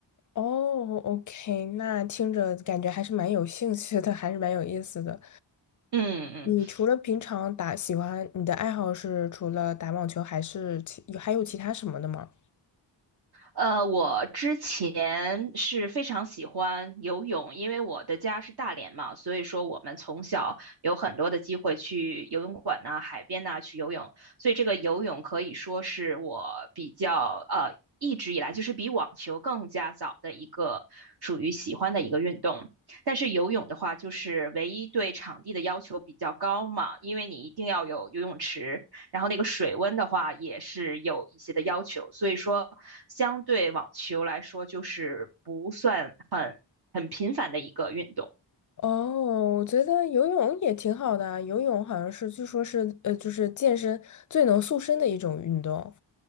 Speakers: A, on the left (about 45°); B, on the right (about 55°).
A: 哦，OK，那听着感觉还是蛮有兴趣的，还是蛮有意思的。
B: 嗯嗯，
A: 你除了平常打，喜欢你的爱好是除了打网球，还是其还有其他什么的吗？
B: 呃，我之前是非常喜欢游泳，因为我的家是大连嘛，所以说我们从小有很多的机会去游泳馆呐、海边呐、去游泳，所以这个游泳可以说是我比较呃一直以来就是比网球更加早的一个属于喜欢的一个运动。但是游泳的话，就是唯一对场地的要求比较高嘛，因为你一定要有游泳池。然后那个水温的话也是有一些的要求，所以说相对网球来说就是不算很很频繁的一个运动。
A: 哦，我觉得游泳也挺好的啊游泳好像是据说是呃，就是健身最能塑身的一种运动，